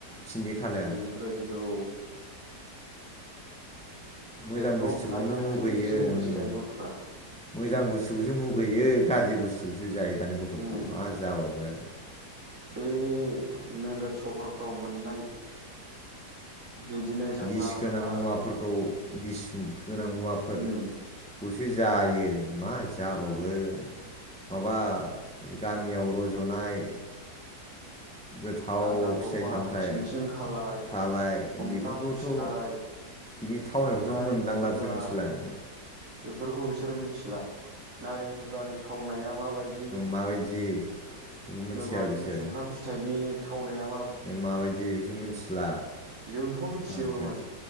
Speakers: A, in the centre; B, on the right (about 45°).
A: थिनदिखाला
B: बेफोरबादिखौ
A: मोजां
B: एकदम
A: बुस्थुखौनो
B: नायनो
A: मुगैयो
B: हायि बायदिसो मुगैसै
A: ओम
B: दानि गथ'फ्रा
A: मोजां बुस्थुखौसो मुगैयो गाज्रि बुस्थुखौसो जायो दानि गथ'फ्रा
B: उम
A: मा जाबावगोन।
B: बे नोगोर सहरफ्राव मोननाय बिदिनो जानला
A: बिस गोनां
B: मोनला
A: मुवाफोरखौ बिस गोनां मुवाफोर
B: उम
A: खौसो जायो मा जाबावगोन। माबा गामियाव रज'नाय गोथाव
B: गांगा थफा
A: फिथाइ सामथाइ
B: थिंथिं खालाय
A: खालाय
B: सुमफ्राम
A: बेफोरखौथ'
B: फिथाइ
A: बिनि थावनायखौथ'
B: नारें
A: मोनदांला
B: जुमब्रा
A: बिसोर मिथिला।
B: बेफोरखौ बिसोर मिथिला नारें जुमब्रानि थावनाया माबाय
A: माबायदि। बेखौ मिथिया
B: बारिनि
A: बिसोर
B: सुमफ्राम फिथाइनि थावनाया
A: माबायदि बिसोर मिथिला
B: जोंथ' मोनथि
A: मानसिया
B: जोबोमोन।